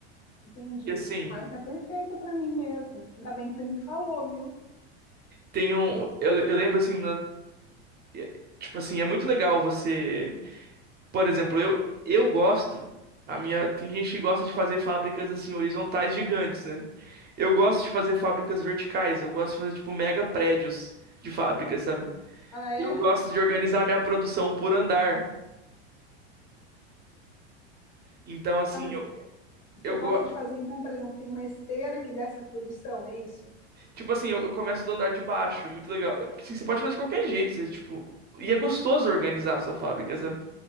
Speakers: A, on the left (about 50°); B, on the right (about 30°).
A: Entendi.
B: E assim.
A: Ah, então é perfeito pra mim mesmo. Ainda bem que você me falou, viu?
B: Tem um, eu, le- eu lembro assim, e- Tipo assim, é muito legal você. Por exemplo, eu, eu gosto. A minha. Tem gente que gosta de fazer fábricas assim, horizontais gigantes, né? Eu gosto de fazer fábricas verticais. Eu gosto de fazer, tipo, mega prédios de fábricas, sabe?
A: Ah, é?
B: Eu gosto de organizar minha produção por andar. Então, assim,
A: Tá, mas
B: eu,
A: você você
B: eu
A: gosta
B: go...
A: de fazer, então, por exemplo, tem uma esteira que desce a produção, é isso?
B: Tipo assim, eu, eu começo do andar de baixo. É muito legal. É porque assim, você pode fazer de qualquer jeito. Você, tipo... E é gostoso organizar a sua fábrica, sabe?